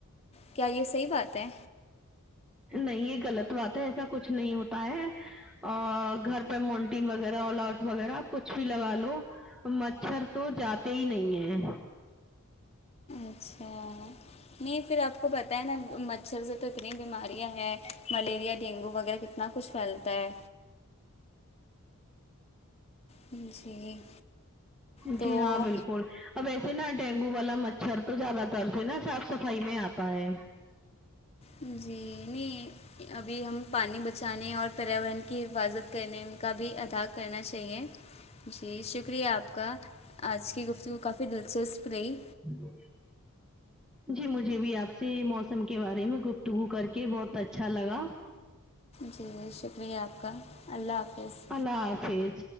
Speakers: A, on the left; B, in the centre.
A: کیا یہ صحیح بات ہے
B: نہیں یہ غلط بات ہے ایسا کچھ نہیں ہوتا ہے اور گھر پہ مونٹین وغیرہ آل آؤٹ وغیرہ اپ کچھ بھی لگا لو مچھر تو جاتے ہی نہیں ہیں
A: اچھا نہیں پھر آپ کو پتا ہے نا مچھر سے تو اتنی بیماریاں ہیں ملیریا ڈینگو وغیرہ کت نا کچھ فیلتا ہے جی تو
B: جی ہاں بالکل اب ایسے نا ڈینگو والا مچھر تو زیادہ تر سے نا صاف صفائی میں آتا ہے
A: جی نی ابھی ہم پانی بچانے اور پریاورن کی حفاظت کرنے کا بھی ادا کرنا چاہیے جی شکریہ آپ کا آج کی گفتگو کافی دلچسپ رہی
B: <unintelligible> جی مجھے بھی آپ سے موسم کے بارے میں گفتگو کر کے بہت اچھا لگا
A: جی شکریہ آپ کا اللہ حافظ
B: اللہ حافج